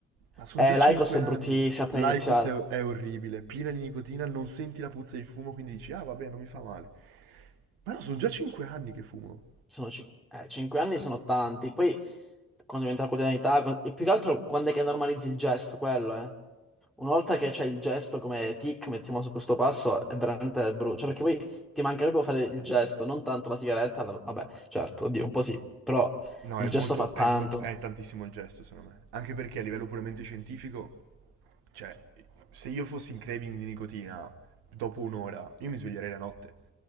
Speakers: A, on the right; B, in the centre.
A: Ma sono
B: Eh,
A: già
B: l'Aicos
A: 5
B: è
A: anni.
B: bruttissima per
A: L'Aicos
B: iniziare.
A: è, è orribile, piena di nicotina, non senti la puzza di fumo, quindi dici, ah vabbè, non mi fa male. Ma no, sono già 5 anni che fumo.
B: Sono cin- eh, cinque anni sono tanti. Poi, quando diventa la quotidianità, con- e più che altro quando è che normalizzi il gesto, quello, eh. Una volta che c'è il gesto come tic, mettiamo su questo passo, è veramente brutto. Cioè, perché poi ti mancherebbe fare il gesto, non tanto la sigaretta. la- Vabbè, certo, oddio, un po' sì, però
A: No,
B: il
A: è
B: gesto
A: molto,
B: fa tanto.
A: è molto, è tantissimo il gesto, secondo me. Anche perché a livello puramente scientifico, cioè, se io fossi in craving di nicotina dopo un'ora, io mi sveglierei la notte.